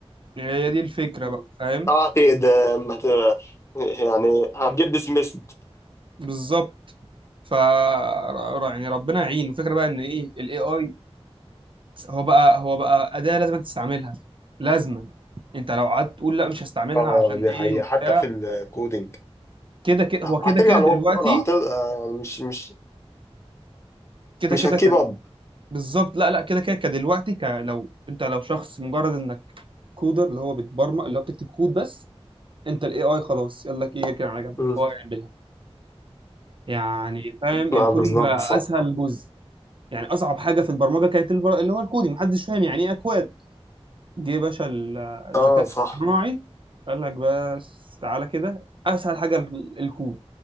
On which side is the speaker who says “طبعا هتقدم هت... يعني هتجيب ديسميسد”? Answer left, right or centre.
Left